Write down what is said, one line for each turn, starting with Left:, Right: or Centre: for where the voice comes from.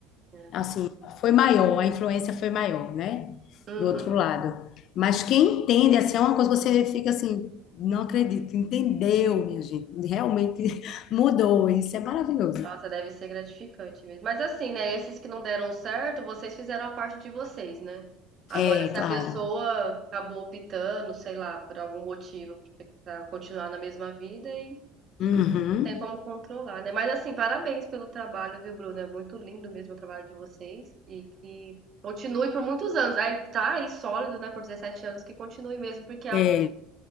Right: né.
Left: assim, foi maior, a influência foi maior, né?
Right: Uhum.
Left: Do outro lado. Mas quem entende, assim, é uma coisa que você fica assim, não acredito, entendeu, minha gente. Realmente <laughs> mudou, isso é maravilhoso.
Right: Nossa, deve ser gratificante mesmo. Mas assim, né, esses que não deram certo, vocês fizeram a parte de vocês, né. Agora
Left: É,
Right: se
Left: claro.
Right: a pessoa acabou optando, sei lá, por algum motivo pra continuar na mesma vida e
Left: Uhum.
Right: não tem como controlar, né. Mas assim, parabéns pelo trabalho, viu, Bruno, é muito lindo mesmo o trabalho de vocês e que continue por muitos anos. Aí tá aí sólido, né, por 17 anos, que continue mesmo, porque é
Left: É.
Right: algo